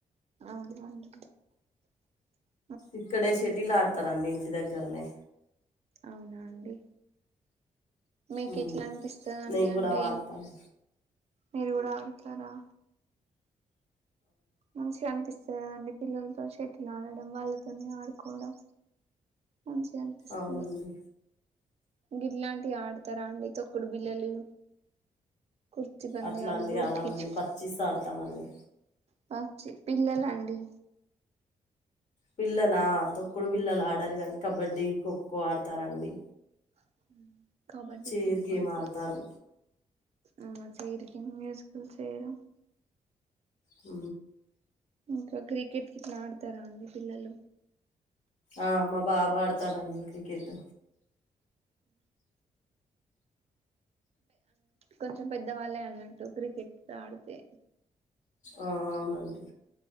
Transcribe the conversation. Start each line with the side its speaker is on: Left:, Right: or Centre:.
Right: అవును అవును
Left: ఇక్కడే షెటిలు ఆడతారండి ఇంటి దగ్గరనే
Right: అవునా అండి మీకు
Left: ఉమ్.
Right: ఇట్లా అనిపిస్తుందండి
Left: నేను
Right: అంటే
Left: కూడా ఆడతాను
Right: ఏంటి మీరు కూడా ఆడుతారా మంచిగా అనిపిస్త స అండి పిల్లలతో షటిల్ ఆడడం వాళ్ళతోనే ఆడుకోవడం మంచిగా అనిపిస్తుంది
Left: అవునండి
Right: గిట్లాంటివి ఆడతారా అండి తొక్కుడు బిల్లలు కుర్చీ పంద్యాలు
Left: అట్లాంటివి
Right: ఉరికిచ్చు
Left: ఆడమండి పచ్చిస్ ఆడతామండి
Right: పచ్చి పిల్లలండి
Left: పిల్లల తొకుడు పిల్లలు ఆడారు కానీ కబడ్డీ, ఖోఖో ఆడతారండి
Right: హ కబడ్డీ,
Left: చైర్
Right: ఖోఖో
Left: గేమ్
Right: అట్లా
Left: ఆడతారు
Right: ఆ చేర్ గేమ్ మ్యూజికల్ చేర్
Left: ఆ
Right: ఇంకా క్రికెట్ ఇట్లా ఆడతారా అండి పిల్లలు
Left: ఆ అమ్మ బాబు ఆడతారండి క్రికెట్
Right: కొంచెం పెద్దవాళ్ళే అన్నట్టు క్రికెట్ ఆడితే
Left: అవునండి